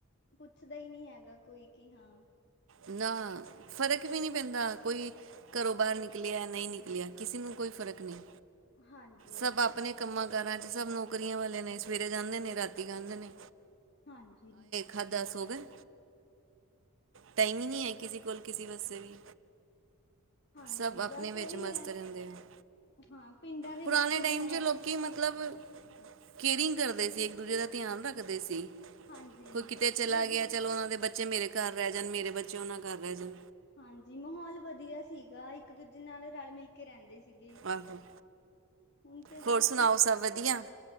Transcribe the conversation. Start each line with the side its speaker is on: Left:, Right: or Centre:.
Left: ਪੁੱਛਦਾ ਹੀ ਨਹੀਂ ਹੈਗਾ ਕੋਈ ਕਿ ਹਾਂ
Right: ਨਾ ਫ਼ਰਕ ਵੀ ਨਹੀਂ ਪੈਂਦਾ ਕੋਈ ਘਰੋਂ ਬਾਹਰ ਨਿਕਲਿਆ ਨਹੀਂ ਨਿਕਲਿਆ ਕਿਸੇ ਨੂੰ ਕੋਈ ਫਰਕ ਨਈਂ,
Left: ਹਾਂਜੀ
Right: ਸਭ ਆਪਣੇ ਕੰਮਾਂ ਕਾਰਾਂ ਚ ਸਭ ਨੌਕਰੀਆਂ ਵਾਲੇ ਨੇ, ਸਵੇਰੇ ਜਾਂਦੇ ਨੇ ਰਾਤੀ ਆਂਦੇ ਨੇ।
Left: ਹਾਂਜੀ।
Right: ਖਾਧਾ ਸੋ ਗਏ। ਟਾਈਮ ਹੀ ਨਹੀ ਹੈ ਕਿਸੇ ਕੋਲ ਕਿਸੇ ਵਸਤੇ ਵੀ।
Left: ਹਾਂਜੀ
Right: ਸਭ ਆਪਣੇ
Left: ਬਸ
Right: ਵਿੱਚ
Left: ਉਹੀ
Right: ਮਸਤ
Left: ਹੈ
Right: ਰੈਂਦੇ ਹੈ।
Left: ਹਾਂ ਪਿੰਡਾਂ ਦੇ
Right: ਪੁਰਾਣੇ
Left: ਵਿੱਚ ਚਲੋ
Right: ਟਾਈਮ
Left: ਐ
Right: ਚ ਲੋਕੀ ਮਤਲਬ ਕੇਅਰਿੰਗ ਕਰਦੇ ਸੀ ਇੱਕ ਦੂਜੇ ਦਾ ਧਿਆਨ ਰੱਖਦੇ ਸੀ।
Left: ਹਾਂਜੀ
Right: ਕੋਈ ਕਿਤੇ ਚਲਾ
Left: ਵਧੀਆ
Right: ਗਿਆ ਚਲੋ ਉਹਨਾਂ ਦੇ ਬੱਚ ਬੱਚੇ ਮੇਰੇ ਘਰ ਰਹਿ ਜਾਣ, ਮੇਰੇ ਬੱਚੇ ਉਹ ਨਾ ਘਰ ਰਹਿ ਜਾਣ।
Left: ਹਾਂਜੀ ਮਾਹੌਲ ਵਧੀਆ ਸੀਗਾ ਇੱਕ ਦੂਜੇ ਨਾਲ ਰਲ ਮਿਲ ਕੇ ਰੈਂਦੇ ਸੀਗੇ।
Right: ਆਹੋ
Left: ਹੁਣ ਤੇ
Right: ਹੋਰ
Left: ਬਸ
Right: ਸੁਣਾਓ ਸਭ ਵਧੀਆ